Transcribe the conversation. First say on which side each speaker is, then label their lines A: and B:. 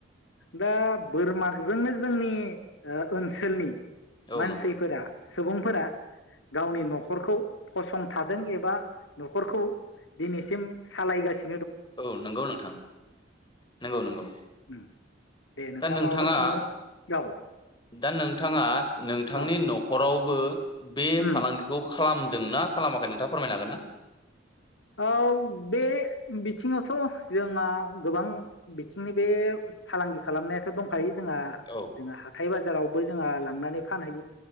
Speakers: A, on the left; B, on the left.
A: दा बोरमाजोंनो जोंनि ओनसोलनि
B: औ
A: मानसिफोरा
B: नंगौ
A: सुबुंफोरा गावनि न'खरखौ फसं संथादों एबा न'खरखौ दिनैसिम सालायगासि
B: औ नंगौ नोंथां नंगौ नंगौ
A: उम दे
B: दा नोंथाङा
A: माबाफोर सोंनो औ
B: दा नोंथाङा नोंथांनि
A: औ
B: न'खराव बो बे
A: उम
B: फालांगिखौ खालामदोंना खालामाखै नोंथाङा फोरमायनो हागोन ना?
A: औ बे बिथिङावथ' जोंहा गोबां बिथिंनि बे फालांगि खालामनायाथ' दं खायो जोंहा
B: औ
A: जोंहा हाथाय बाजाराव बो जोंहा लांनानै फानहैयो।